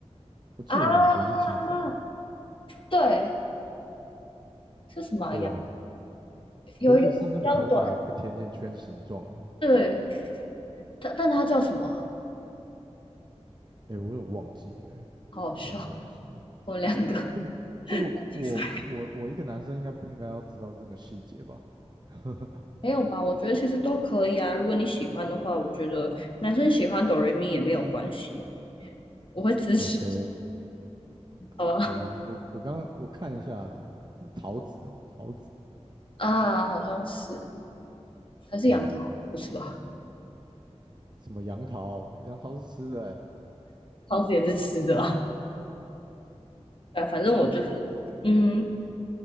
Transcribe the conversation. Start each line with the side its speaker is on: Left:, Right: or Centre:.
Right: 我记得有两个人是金发，
Left: 啊啊，对，是什么呀？
Right: 对啊，
Left: 有一个是比较短，
Right: 有一个是那个头发有一个甜甜圈形状的，
Left: 对，但但它叫什么啊
Right: 哎、我有点忘记了欸
Left: 好好笑，
Right: 我有点忘记了
Left: 我们两个
Right: 这个这个我我我一个男生应该不应该要知道这么细节吧
Left: 竞赛
Right: <laughs>
Left: 没有吧？我觉得其实都可以啊。如果你喜欢的话，我觉得男生喜欢哆瑞咪也没有关系，我会支持，
Right: ？OK，
Left: 好吧？
Right: 好吧，我我刚刚我看一下啦，是桃子哦，桃子，
Left: 啊，好像是，还是杨桃，
Right: 嗯，
Left: 不是吧？
Right: 什么杨桃？杨桃是吃的欸
Left: 桃子也是吃的啊。呃，反正我就是，嗯，